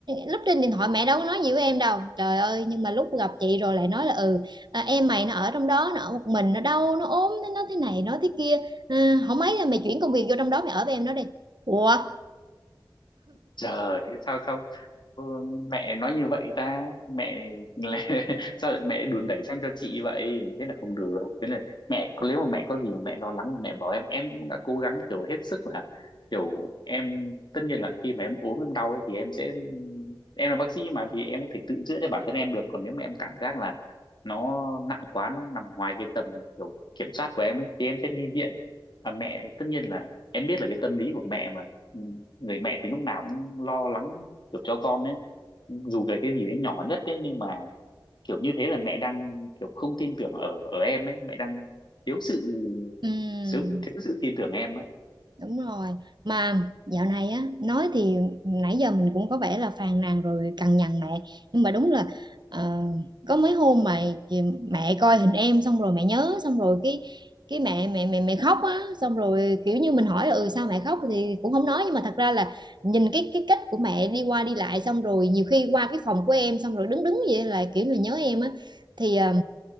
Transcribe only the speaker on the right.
lúc trên điện thoại mẹ đâu có nói gì với em đâu trời ơi nhưng mà lúc gặp chị rồi lại nói là ừ à, em mày nó ở trong đó nó ở một mình nó đau nó ốm nó nó thế này nó thế kia ừ, không mấy là mày chuyển công việc vô trong đó mày ở với em nó đi ủa
ừ
Đúng rồi. Mà dạo này á, nói thì nãy giờ mình cũng có vẻ là phàn nàn rồi cằn nhằn mẹ. Nhưng mà đúng là ờ, có mấy hôm mà chị- mẹ coi hình em xong rồi mẹ nhớ xong rồi cái cái mẹ mẹ mẹ mẹ khóc á xong rồi kiểu như mình hỏi ừ sao mẹ khóc thì cũng không nói nhưng mà thật ra là nhìn cái cái cách của mẹ đi qua đi lại xong rồi nhiều khi qua cái phòng của em xong rồi đứng đứng vậy là kiểu là nhớ em á thì ờ,